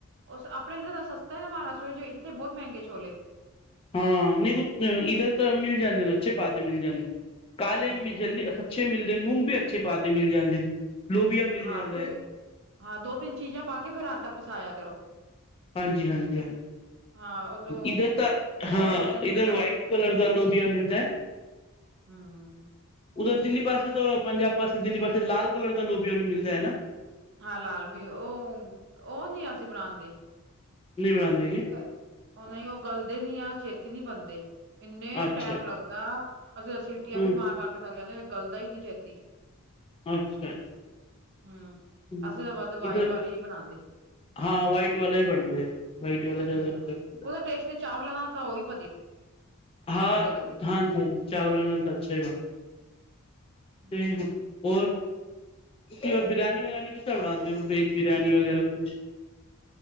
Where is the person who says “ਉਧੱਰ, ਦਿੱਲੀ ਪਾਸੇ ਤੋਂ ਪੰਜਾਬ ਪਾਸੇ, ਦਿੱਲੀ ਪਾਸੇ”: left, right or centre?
Left